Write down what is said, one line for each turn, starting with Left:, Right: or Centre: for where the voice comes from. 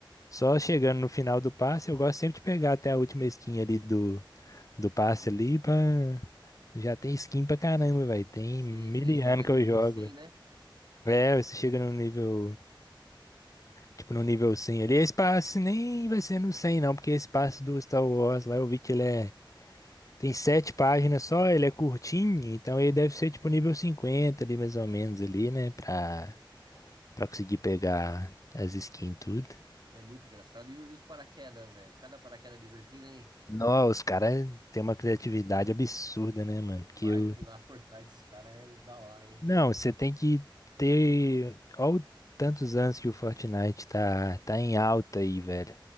Left: só chegando no final do passe. Eu gosto sempre de pegar até a última skin ali do, do passe ali pra... Já tem skin pra caramba, velho. Tem
Right: Sei,
Left: mil
Right: sei.
Left: e
Right: Você
Left: ano
Right: chega
Left: que
Right: no
Left: eu
Right: nível
Left: jogo,
Right: 100
Left: velho.
Right: né?
Left: É, você chega no nível, tipo, no nível 100 ali. Esse passe nem vai ser no 100 não, porque esse passe do Star Wars lá eu vi que ele é... Tem sete páginas só, ele é curtinho, então ele deve ser tipo nível 50 ali, mais ou menos, ali, né, pra... Pra conseguir pegar as skins e tudo.
Right: É muito engraçado. E, o- e os paraquedas, velho? Cada paraquedas divertido, hein?
Left: Nossa, os caras têm uma criatividade absurda, né, mano? Porque
Right: O marketing
Left: eu...
Right: lá por trás desses caras é da hora, hein?
Left: Não, você tem que ter... Olha tantos anos que o Fortnite tá, tá em alta aí, velho.